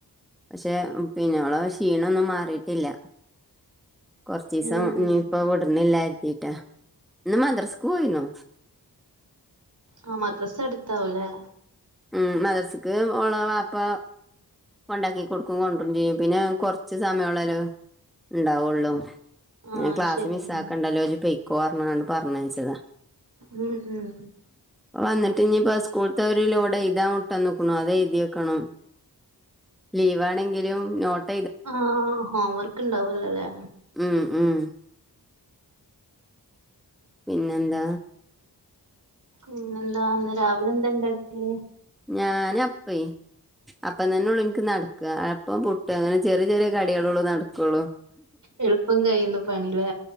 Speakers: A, in the centre; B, on the right.
A: പഷേ പിന്നോളെ ശീണൊന്നും മാറീട്ടില്ല കൊർച്ചീസം
B: ഉം
A: ഇനീ പ്പം വിട്നില്ലാര്തീട്ടാ ഇന്ന് മദ്രസ്ക്ക് പോയീനു
B: ആഹ് മദ്രസടുത്താവൂലെ
A: ഉം മദ്രസക്ക് ഓളെ വാപ്പ ഒണ്ടാക്കി കൊടുക്കും കൊഡ്രോ ചെയ്യും. പിന്നാ കൊർച്ച് സമയോള്ളല്ലോ ണ്ടാവുള്ളൂ.
B: ആഹ്
A: ഞാ ക്ലാസ്
B: ശരിയാണ്
A: മിസ് ആക്കണ്ടല്ലോച്പൊയ്. കോർഞ്ഞാണ്ട് പർഞ്ഞയ്ച്ചതാ.
B: ഉം ഉം
A: വന്നിട്ടീഞ്ഞി ബസ് സ്കൂൾത്തോര്ലോട് എയ്താം വിട്ടന്ന്ക്ക്ണു. അതെയ്തിവെക്കണം ലീവാണെങ്കിലും നോട്ട-
B: ആഹ് ഹോംവർക്ക് ണ്ടാവോല്ലല്ലേ.
A: ഉം ഉം പിന്നെന്താ?
B: ന്നെന്താ ന്ന് രാവലെന്താ ണ്ടാക്കേ?
A: ഞന് അപ്പേ. അപ്പം തന്നെള്ളു എന്ക്ക് നടക്കാ. അപ്പോം പുട്- ട്ട് അങ്ങനെ ചെറിയ ചെറിയ കടികളോള്ളു നട്ക്ക്ള്ളൂ.
B: എളുപ്പം കയ്യുന്ന പണീലെ.